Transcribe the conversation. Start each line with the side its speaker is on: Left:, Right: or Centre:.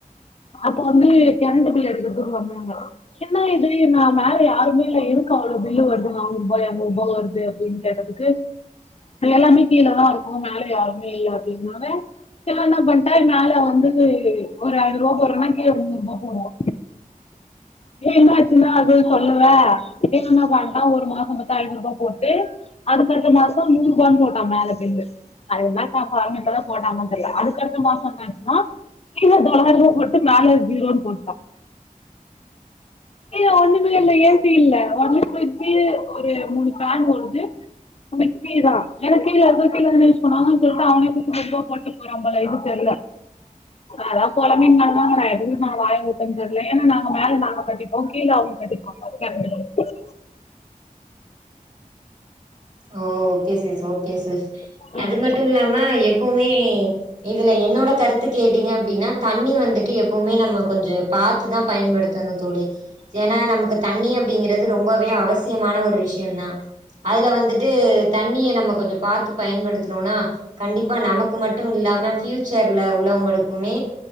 Left: அப்ப வந்து கரண்டு பில் எடுக்க றதுக்கு வந்தாங்க என்னா இது நான் மேல யாருமே இல்ல இருக்கு அவ்ளோ பில்லு வருது நானூர் ரூபா இரனூர் ரூபா வருது அப்டின் கேட்டதுக்கு எல்லாமே கீழதான் இருக்கோம் மேல யாருமே இல்ல அப்டின்னாலே இவர் என்னா பண்ட்டாரு மேல வந்து ஒரு ஐநூரூபா போடுறோன்னா கீழ முன்நூறு ரூபா போடுவோ ஏ என்னாச்சுன்னா அது சொல்லுவ என்னான்ன வந்தா ஒரு மாசம் பத்தி ஐநூறு ரூபாய் போட்டு அதுக்கடுத்த மாசம் நூறு ரூபானு போட்டான் மேல பில்லு அது என்ன கா காரணப்பதான் போட்டானோ தெர்ல அதுக்கடுத்த மாசம் என்னாச்சுன்னா கீழ தொள்ளாயிரம் ரூபானு போட்டு மேல ஜீரோன்னு போட்டான் ஏ ஒன்னுமே இல்ல ஏ சீ இல்ல ஒன்லீ ஃபிரிஜ்ஜு ஒரு மூணு பேன் ஓடுது <unintelligible> தான் ஏன்னா கீழ இருக்கோ கீழ இருக்குனு சொன்னாங்கன்னு சொல்ட்டு அவனே குத்து மதிப்பா போட்டு போறாம்போல இது தெர்ல அதான் பொலம்பிற்தாங்க நா எதுவு நா வாய உட் <unintelligible> தெர்ல ஏன்னா நாங்க மேல நாங்க கட்டிப்போம் கீழே அவுங்க கட்டிப்பாங்க கரண்டு பில்
Right: ஓ ஓகே சிஸ் ஓகே சிஸ்
Left: பில்.
Right: அது மட்டு இல்லாம எப்பவுமே இதுல என்னோட கருத் து கேட்டீங்க அப்டின்னா தண்ணி வந்துட்டு எப்பவுமே நம்ம கொஞ்சம் பாத்துதான் பயன்படுத்தணும் தோழி ஏன்னா நமக்கு தண்ணி அப்டிங்கறது ரொம்பவே அவச சியமான ஒரு விஷயம் தான் அதுல வந்துட் டு தண்ணிய நம்ம கொஞ்ச பாத்து பயன்படுத்துனோனா கண்டிப்பா நமக்கு மட்டும் இல்லாம பஃபியூச்சர்ல உள்ளவங்களுக்குமே